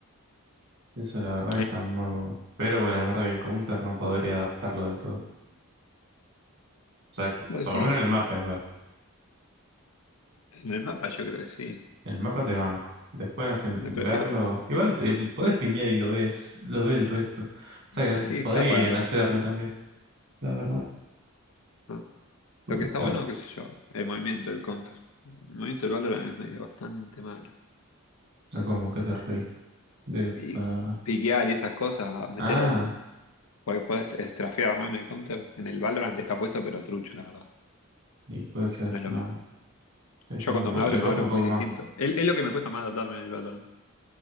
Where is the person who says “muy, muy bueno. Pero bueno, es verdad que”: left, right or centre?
Right